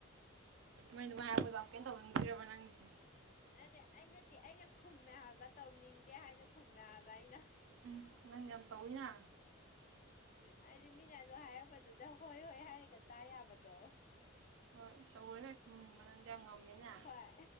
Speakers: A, on the right; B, on the left.
A: ꯃꯣꯏ ꯑꯗꯨꯃꯥꯏ ꯍꯥꯏꯔꯛꯄꯗꯨꯗ ꯑꯃꯨꯛꯀ ꯍꯦꯟꯅ ꯇꯧꯅꯤꯡꯗꯔꯤꯔꯕ ꯅꯪꯒꯤꯖꯦ꯫
B: ꯅꯠꯇꯦ ꯑꯩꯅꯠꯇꯦ ꯑꯩꯅ ꯈꯨꯝꯃꯦ ꯍꯥꯏꯕ ꯇꯧꯅꯤꯡꯗꯦ ꯍꯥꯏꯅ ꯈꯨꯝꯃꯦ ꯍꯥꯏꯕ ꯑꯩꯅ꯫
A: ꯎꯝ ꯅꯪ ꯌꯥꯝ ꯇꯧꯋꯤꯅ꯫
B: ꯍꯥꯏꯗꯤ ꯃꯤꯅ ꯑꯗꯨ ꯍꯥꯏꯔꯛꯄꯗꯨꯗ ꯍꯣꯏ ꯍꯣꯏ ꯍꯥꯏꯔꯒ ꯇꯥ ꯌꯥꯕꯗꯣ꯫
A: ꯍꯣꯏ ꯇꯧꯔꯣꯏꯅꯦ <unintelligible> ꯅꯪꯗꯤ ꯌꯥꯝ ꯉꯝꯃꯤꯅ
B: ꯍꯣꯏ